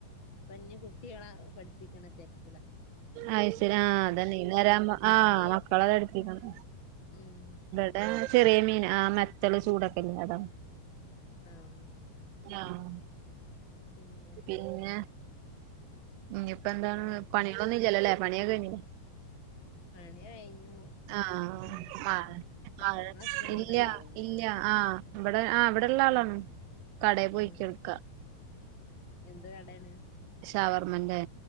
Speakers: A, on the left; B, on the right.
A: പ്പഞ്ഞി കുട്ടികളാ പഠിപ്പിക്കണ തെരക്കിലാ
B: അയി ശെരി ആ അതെന്നെ ഈ നേരവുമ്പോ ആ
A: ഇപ്പ ഈ
B: മക്കളെ പഠിപ്പിക്കണ്
A: ഉം..
B: വിടാ ചെറിയ മീൻ ആ മെത്തല് ചൂടൊക്കെല്ലേ അതാ
A: ആഹ
B: ആഹ
A: പിന്നെ
B: പിന്നെ ഇഞ്ഞിപ്പോ
A: നിങ്ങളെ
B: ന്താണ്
A: വീട്ടില്
B: പണികളൊന്നുല്ലലോലെ പണിയൊക്കെ കഴിഞ്ഞില്ലേ
A: പണി യ്ഞ്ഞു
B: ആഹ ആഹ്
A: നിങ്ങളെ ഹസ്ബൻഡ്
B: ഇല്ല
A: ഇവിടെള്ള ആളൊന്നുല്ലല്ലേ
B: ഇല്ല ആഹ ഇവിടെ ആ അവിടെള്ള ആളാണ് ക്കടേ പോയിക്കാണിക്ക
A: ഉം എന്ത് കടെണ്
B: ഷവർമന്റെ